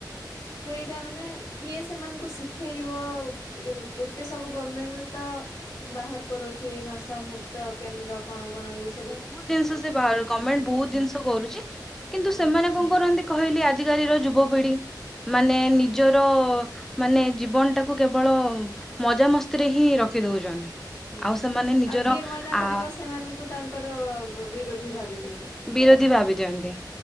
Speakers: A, on the left; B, in the centre.
A: ସେଇଟା ମାନେ କିଏ ସେମାନଙ୍କୁ ଶିଖେଇବ। ଏତେ ସବୁ ଗମେଣ୍ଟ ବି ତ ବାହାର କରୁଛି ନଶା ମୁକ୍ତ କେନ୍ଦ୍ର କଣ କଣ ୟେ ସ
B: ବହୁତ ଜିନିଷ ସେ ବା ଗମେଣ୍ଟ ବହୁତ ଜିନିଷ କରୁଛି କିନ୍ତୁ
A: ହୁଁ
B: ସେମାନେ କଣ କରନ୍ତି କହିଲି ଆଜିକାଲି ର ଯୁବପିଢି ମାନେ ନିଜର ମାନେ ଜୀବନ ଟାକୁ କେବଳ ମଜା ମସ୍ତିରେ ହିଁ ରଖି ଦଉଛନ୍ତି।
A: ହୁଁ
B: ଆଉ ସେମାନେ ନିଜର
A: ଆଉ ଯିଏ ମନା
B: ଆ
A: କରିବ ସେମାନଙ୍କୁ ତାଙ୍କର ବିରୋଧୀ ଭାବି ଦେବେ।
B: ବିରୋଧୀ ଭାବି ଦିଅନ୍ତି